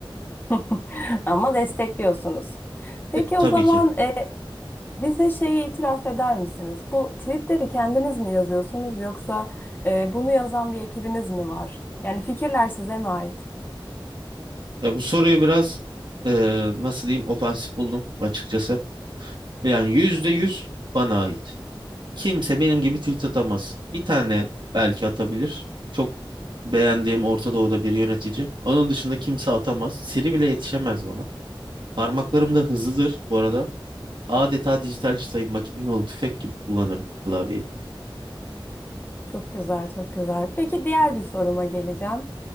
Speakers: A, on the left; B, on the right.
A: <laughs> Ama destekliyorsunuz. Peki
B: E, tabii
A: o zaman
B: ki.
A: e, bize şeyi itiraf eder misiniz? Bu tweetleri kendiniz mi yazıyorsunuz yoksa e, bunu yazan bir ekibiniz mi var? Yani fikirler size mi ait?
B: Ya bu soruyu biraz e, nasıl diyeyim ofansif buldum açıkçası. Yani yüzde yüz bana ait. Kimse benim gibi tweet atamaz. Bir tane belki atabilir. Çok beğendiğim Orta Doğu'da bir yönetici. Onun dışında kimse atamaz. Siri bile yetişemez bana. Parmaklarım da hızlıdır bu arada. Adeta dijital sayım makineli tüfek gibi kullanırım klavyeyi.
A: Çok güzel, çok güzel. Peki diğer bir soruma geleceğim.